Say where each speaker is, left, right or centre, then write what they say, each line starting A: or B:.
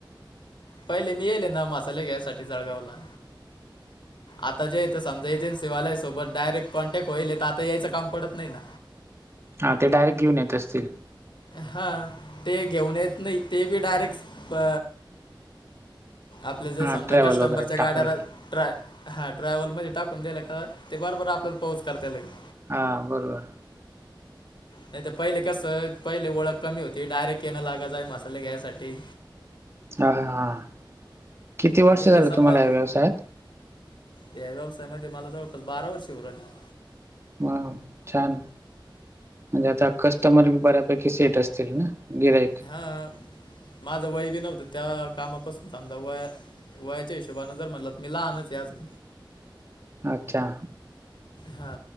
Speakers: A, on the left; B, on the right.
A: पहिले मी येले ना मसा मसाहाले घ्यायसाठी जळगावला आता जे ते समजा एजन्सी वाल्यायासोबत डायरेट कॉन्टॅक्ट होईल त आता यायं काम पडत नाही ना.
B: हा ते डायरेक्ट घेऊन येत असतील.
A: हा ते घेऊन येत नाही ते बी डायरेक्ट अ आपलं जे
B: हां
A: समजा
B: ट्रॅव्हल
A: कस्टंबरच्या
B: वगैरे टाकलं
A: गाड्या
B: की
A: ट्रॅ हा ट्रॅव्हलमध्ये टाकून द्यायल का ते बराबर आपल्याला पोच कर लागेच.
B: हा बरोबर.
A: नाही तर पहिले कसं. पहिले ओळख कमी होती डायरेक्ट येणं लाग जाय मसाहले घ्यायसाठी.
B: हां-हां-हां किती वर्ष
A: आणि इकडे
B: झालं
A: संभा
B: तुम्हाला या व्यवसायात?
A: या व्यवसायामध्ये मला जवळपास बारा वर्षी होऊ राहिलं.
B: व्वाव छान! ज्याच्या कस्टमर बी बऱ्यापैकी सेट असतील ना. गिरायक.
A: हा. माझं वय बी नव्हतं त्या कामापासून आमज वया वयाच्या हिशोबानें जर म्हणलं मी लहानच आहे अजून.
B: अच्छा!
A: हा.